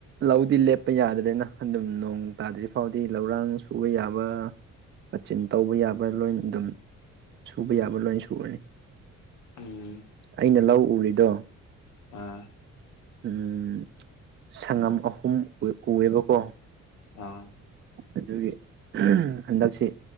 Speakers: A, on the right; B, on the left.
A: ꯂꯧꯗꯤ ꯂꯦꯞꯄ ꯌꯥꯗ꯭ꯔꯦꯅ ꯑꯗꯨꯝ ꯅꯣꯡ ꯇꯥꯗ꯭ꯔꯤ ꯐꯥꯎꯗꯤ ꯂꯧꯔꯥꯡ ꯁꯨꯕ ꯌꯥꯕ ꯃꯆꯤꯟ ꯇꯧꯕ ꯌꯥꯕ ꯂꯣꯏꯅ ꯑꯗꯨꯝ ꯁꯨꯕ ꯌꯥꯕ ꯂꯣꯏ ꯁꯨꯔꯅꯤ
B: ꯎꯝ
A: ꯑꯩꯅ ꯂꯧ ꯎꯔꯤꯗꯣ
B: ꯑꯥ
A: ꯎꯝ ꯁꯪꯉꯝ ꯑꯍꯨꯝ ꯎ ꯎꯑꯦꯕꯀꯣ
B: ꯑꯥ
A: ꯑꯗꯨꯒꯤ ꯍꯟꯗꯛꯁꯦ